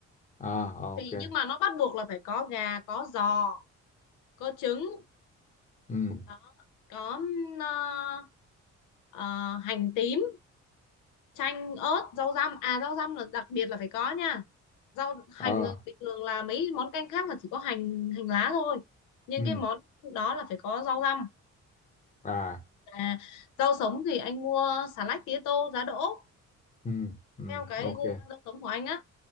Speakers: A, on the left; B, on the left.
A: à
B: thì
A: ok
B: nhưng mà nó bắt buộc là phải có gà có giò có trứng
A: ừ
B: đó, có ừm, ờ, ờ, hành tím chanh ớt rau răm à rau răm là đặc biệt là phải có nha rau hành
A: ờ
B: bình thường là mấy món canh khác là chỉ có hành hành lá thôi nhưng
A: ừ
B: cái món đó là phải có rau răm
A: à
B: à rau sống thì anh mua xà lách tía tô giá đỗ
A: ừ ừ
B: theo cái
A: ok
B: gu ăn rau sống của anh á